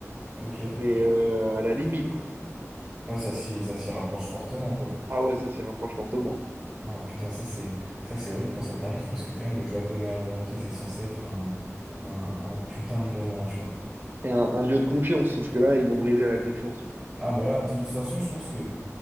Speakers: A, on the right; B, on the right.
A: Ok.
B: mais euh, à la limite, quoi.
A: Ouais, ça s'y, ça s'y rapproche fortement quoi.
B: Ah ouais, ça s'y rapproche fortement.
A: Ah putain, ça c'est, ça c'est horrible quand ça t'arrive parce que quand même le japonais à volonté, c'est censé être un, un, un un putain de moment, tu vois.
B: Et un, un lieu de confiance, sauf que là, ils m'ont brisé la confiance.
A: Ah bah là, de toute façon, je pense que